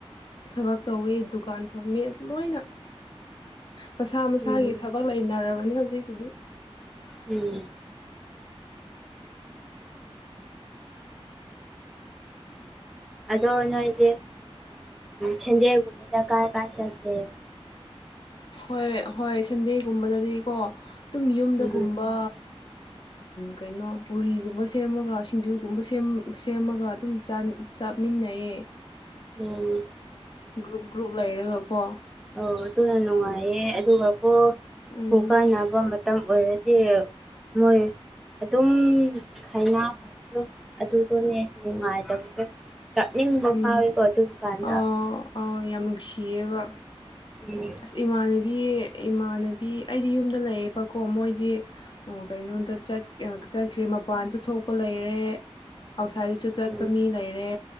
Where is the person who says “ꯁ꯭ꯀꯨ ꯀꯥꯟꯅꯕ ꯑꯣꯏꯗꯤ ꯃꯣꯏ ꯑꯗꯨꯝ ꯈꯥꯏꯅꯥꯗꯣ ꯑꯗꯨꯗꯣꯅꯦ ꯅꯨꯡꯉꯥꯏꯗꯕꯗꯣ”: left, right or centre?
Centre